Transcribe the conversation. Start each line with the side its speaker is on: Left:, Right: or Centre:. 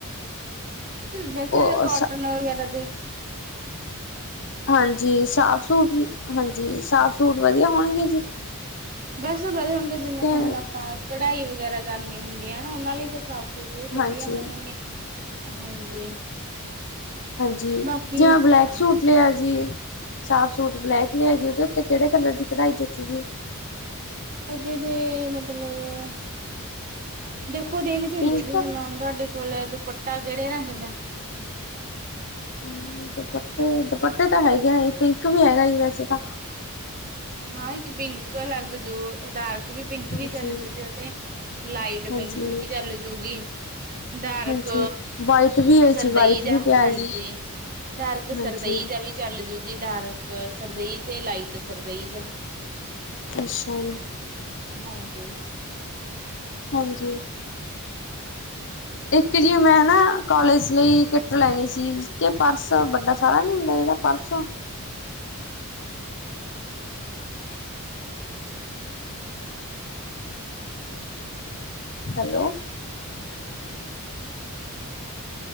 Right: ਵੈਸੇ
Left: ਉਹ
Right: ਕੋਟਨ ਵਗੈਰਾ ਦੇ-
Left: ਹਾਂਜੀ ਸਾਫ ਸੂਟ ਹਾਂਜੀ ਸਾਫ ਸੂਟ ਵਧੀਆ ਹੋਣਗੇ ਜੀ
Right: ਬਸ ਪਤਾ ਹੋਣਗੇ ਜਿਵੇਂ
Left: ਤੇ
Right: ਹੁਣ ਆਪਾਂ ਕਢਾਈ ਵਗੈਰਾ ਕਰਨੀੀਆਂ ਹੁੰਦੀਆਂ ਉਹਨਾਂ ਲਈ ਤਾਂ ਸਾਫ਼ ਸੂਟ ਵੀ ਵਧੀਆ
Left: ਹਾਂਜੀ
Right: ਹੋਣਗੇ ਹਾਂਜੀ
Left: ਹਾਂਜੀ
Right: ਬਾਕੀ
Left: ਜੇ ਮੈ ਬਲੈਕ ਸੂਟ
Right: ਹਾਂਜੀ।
Left: ਲਿਆ ਜੀ। ਸਾਫ਼ ਸੂਟ ਬਲੈਕ ਲਿਆ ਜੀ ਉਹਦੇ ਉਤੇ ਕਿਹੜੇ ਕਲਰ ਦੀ ਕਢਾਈ ਜਚੂ ਗੀ।
Right: ਓਦੇ ਦੇ ਮਤਲਬ- ਦੇਖੋ ਦੇਖਦੇ ਹੁੰਦੇ
Left: ਪਿੰਕ
Right: ਜ ਜਿਵੇ ਹੁਣ ਤੁਹਾਡੇ ਕੋਲ ਦੁਪੱਟਾ ਕਿਹੜੇ ਰੰਗ ਦਾ
Left: ਹਮ ਦੁਪੱਟੇ ਦੁਪੱਟੇ ਤਾਂ ਹੈਗੇ ਪਿੰਕ ਵੀ ਹੈਗਾ ਵੈਸੇ ਤਾਂ
Right: ਹਾਂ ਇਕ ਪਿੰਕ ਅਲਗ ਜੋ ਡਾਰਕ- ਵੀ ਪਿੰਕ ਵੀ
Left: ਜੀ
Right: ਚੱਲ ਜੂ ਜੇ ਉ ਤੇ ਲਾਈਟ
Left: ਹਾਂਜੀ,
Right: ਪਿੰਕ ਵੀ ਚਲ ਜੂਗੀ ਡਾਰਕ
Left: ਹਾਂਜੀ ਵਾਈਟ ਵੀ ਹੈ
Right: ਸਰਦੇਈ
Left: ਜੀ ਵਾਈਟ
Right: ਜਾ
Left: ਵੀ ਪਿਆ
Right: ਹਾਂਜੀ-
Left: ਜੀ
Right: ਡਾਰਕ
Left: ਹਾਂਜੀ
Right: ਸਰਦਈ ਜਾ ਵੀ- ਚੱਲ ਜੂ ਜੀ ਡਾਰਕ ਸਰਦੇਈ ਤੇ ਲਾਈਟ ਸਰਦੇਈ ਜ
Left: ਅਛਾ ਜੀ।
Right: ਹਾਂਜੀ-
Left: ਹਾਂਜੀ- ਇਕ ਜੀ ਮੈ ਨਾ ਕੋਲਜ ਲਈ ਕਿੱਟ ਲੈਣੀ ਸੀ ਕਿ ਪਰਸ ਵਡਾ ਸਾਰਾ ਨਹੀ ਹੁੰਦਾ ਜਿਹੜਾ ਪਰਸ ਹੈਲੋ-